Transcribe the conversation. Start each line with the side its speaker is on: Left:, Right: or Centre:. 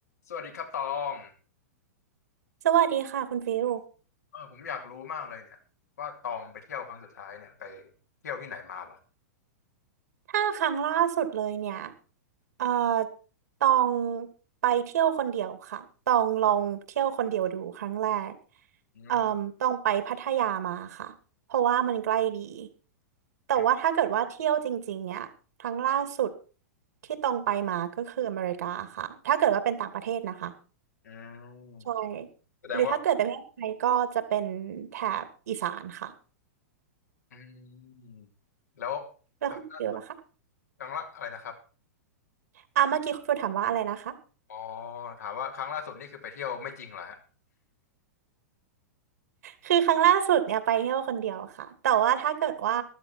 Left: สวัสดีครับตอง
Right: สวัสดีค่ะคุณฟิล
Left: เออผมอยากรู้มากเลยเนี่ยว่าตองไปเที่ยวครั้งสุดท้ายเนี่ยไปเที่ยวที่ไหนมาเหรอ
Right: ถ้าครั้งล่าสุดเลยเนี่ยเอ่อตองไปเที่ยวคนเดียวค่ะตองลองเที่ยวคนเดียวดูครั้งแรก
Left: อืม
Right: เอ่อต้องไปพัทยามาค่ะเพราะว่ามันใกล้ดีแต่ว่าถ้าเกิดว่าเที่ยวจริงๆเนี่ยครั้งล่าสุด
Left: อืม
Right: ที่ตองไปมาก็คืออเมริกาค่ะถ้าเกิดว่าเป็นต่างประเทศนะคะ
Left: อืม
Right: ใช่
Left: แสดงว่า
Right: หรือถ้าเกิดเป็นประเทศไทยก็จะเป็นแถบอีสานค่ะ
Left: อืมแล้ว
Right: แล้วคุณฟิลล่ะคะ
Left: ครั้งล่าสุดครั้งละอะไรนะครับ
Right: อ่าเมื่อกี้คุณฟิลถามว่าอะไรนะคะ
Left: อ๋อถามว่าครั้งล่าสุดนี่คือไปเที่ยวไม่จริงเหรอฮะ
Right: คือครั้งล่าสุดเนี่ยไปเที่ยวคนเดียวค่ะแต่ว่าถ้าเกิดว่า